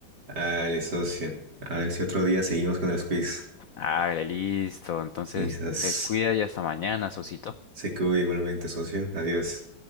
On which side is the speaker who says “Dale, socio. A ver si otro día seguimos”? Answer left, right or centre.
Right